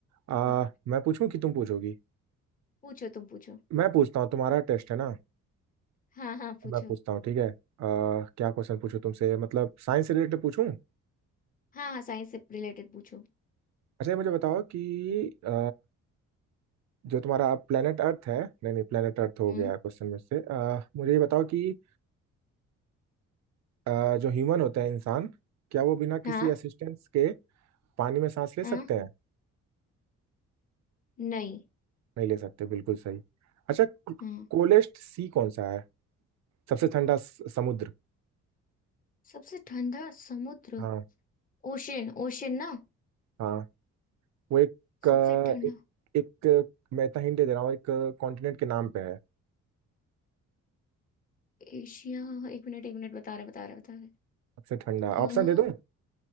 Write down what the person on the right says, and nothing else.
आ,
मैं पूछूं कि तुम पूछोगी
मैं पूछता हूँ तुम्हारा टेस्ट है ना
मैं पूछता हूँ ठीक है आ, क्या क्वेश्चन पूछूं तुमसे मतलब साइंस से रिलेटेड पूछूं
अच्छा ये मुझे बताओ कि आ, जो तुम्हारा planet अर्थ है नहीं नहीं planet अर्थ हो
गया क्वेश्चन में से आ, मुझे ये बताओ कि आ, जो ह्यूमन होता है इंसान क्या वो बिना किसी
असिस्टेंस के पानी में सांस ले
सकते हैं
नहीं ले सकते बिल्कुल सही अच्छा
कोलेस्ट सी कौन सा है सबसे ठंडा स- समुद्र
हाँ
हाँ वो एक
अ,
एक, एक मैं इतना हिंट दे दे रहा हूँ एक कॉन्टिनेंट के नाम पे है
सबसे ठंडा
ऑप्शन दे दूं